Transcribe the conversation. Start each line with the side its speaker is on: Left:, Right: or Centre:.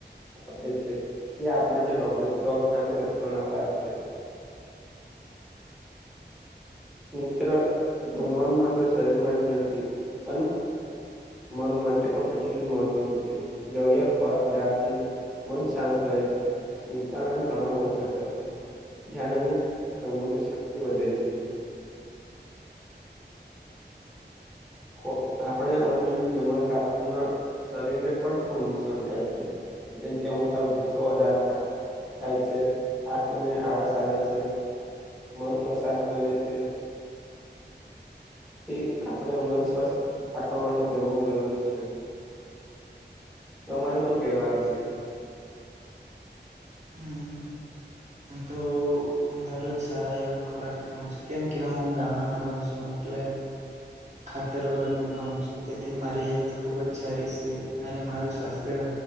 Centre: આપે છે જે આપણને રોગો રોગ સામે રક્ષણ અપાવે છે મિત્ર જમવાનું માત્ર શરીર માટે નથી પણ મન માટે પણ એટલું જ મહત્વ છે વ્યવ્ય ખોરાક લેવાતી મન શાંત રહે છે ચિંતા અને તણાવ ઓછો થાય છે ધ્યાન અને સમૃદ્ધિ શક્તિ વધે છે ખો આપણે અનિયમિત જમવાથી આપણના શરીરને પણ ખૂબ નુકસાન થાય છે જમ કે અમુખ પર ગુસ્સોદર થા થાય છે થાક અને અને આળસ આવે છે મન અશાંત બને છે થી આપણે મન સ્વસ્થ રાખવા માટે જમવું જરૂર છે <unintelligible> તમારે શું કેવા આ વિશે
Right: હૂંમ હું તો દરરોજ સારા એવ જ ખોરાક ખાઉં છું કેમ કે હું ગામડામાં રહું છું એટલે
Centre: <inaudible>
Right: ખાતર વગરનું ખાઉં છું તેથી મારી હેલ્થ ખુબ જ સારી છે અને મારું સ્વાસ્થ્ય